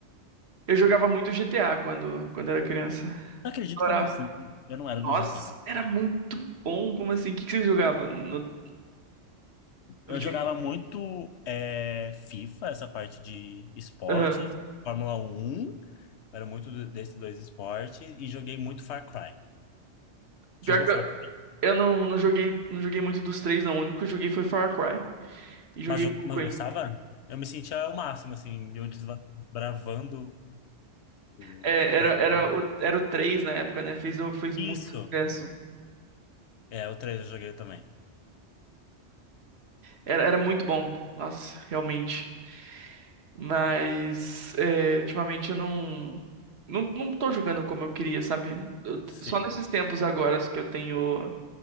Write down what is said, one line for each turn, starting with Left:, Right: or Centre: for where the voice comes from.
Right: Eu jogava muito GTA quando, quando era criança.
Left: Não acredito
Right: Adorava.
Left: que eu não fui. Eu não era do
Right: Nossa,
Left: GTA.
Right: era muito bom. Como assim? O que que você jogava no
Left: Eu
Right: videogame?
Left: jogava muito é, FIFA, essa parte de esportes,
Right: Aham.
Left: Fórmula 1, era muito do- desses dois esportes, e joguei muito Far Cry.
Right: Pior
Left: Jogou
Right: que
Left: Far
Right: eu,
Left: Cry?
Right: eu não, não joguei, não joguei muito dos três, não. O único que eu joguei foi Far Cry. E joguei
Left: Mas, jo-
Right: pouco
Left: mas eu gostava? Eu me sentia o máximo, assim, eu desbravando o-
Right: É, era,
Left: as
Right: era,
Left: mapas.
Right: o, era o 3 na época, né? Fez, o- fez muito
Left: Isso!
Right: sucesso.
Left: É, o 3 eu joguei também.
Right: Era, era muito bom, nossa, realmente. Mas, é, ultimamente eu não, não. Não tô jogando como eu queria, sabe? Eu t-
Left: Sim,
Right: só nesses tempos agora que eu tenho.